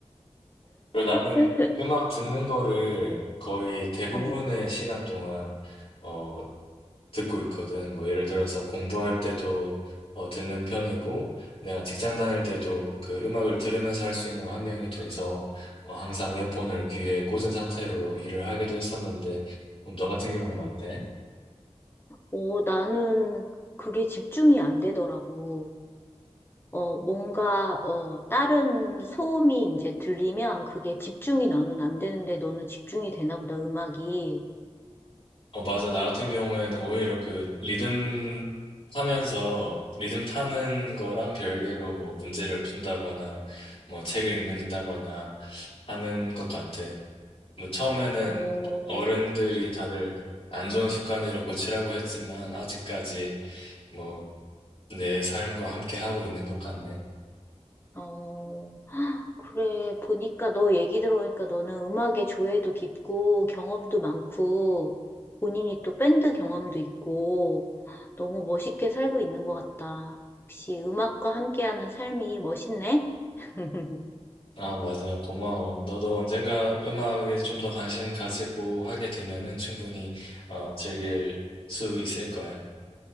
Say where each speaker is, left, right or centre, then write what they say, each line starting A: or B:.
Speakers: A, on the left (about 55°); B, on the left (about 20°).
A: 그리고 나는
B: 네?
A: 음악 듣는 거를 거의 대부분의
B: 응.
A: 시간 동안 어, 듣고 있거든. 뭐 예를 들어서 공부할 때도 어, 듣는 편이고 내가 직장 다닐 때도 그 음악을 들으면서 할 수 있는 환경이 돼서 어, 항상 이어폰을 귀에 꽂은 상태로 일을 하기도 했었는데 음, 너 같은 경우는 어때?
B: 어, 나는 그게 집중이 안 되더라고. 어, 뭔가, 어, 다른 소음이 이제 들리면 그게 집중이 나는 안 되는데 너는 집중이 되나 보다, 음악이.
A: 어, 맞아. 나 같은 경우에는 오히려 그 리듬 타면서 리듬 타는 거랑 별개로 뭐 문제를 푼다거나 뭐 책을 읽는다거나 하는 것 같아. 뭐 처음에는
B: 어,
A: 어른들이 다들 안 좋은 습관이라 고치라고 했지만 아직까지 뭐 내 삶과 함께 하고 있는 것 같네.
B: 어, 그래, 보니까 너 얘기 들어보니까 너는 음악에 조예도 깊고 경험도 많고 본인이 또 밴드 경험도 있고 너무 멋있게 살고 있는 것 같다. 역시 음악과 함께하는 삶이 멋있네? <laughs>
A: 아, 맞아. 고마워. 너도 언젠가 음악에 좀 더 관심 가지고 하게 되면은 충분히 어, 즐길 수 있을 거야.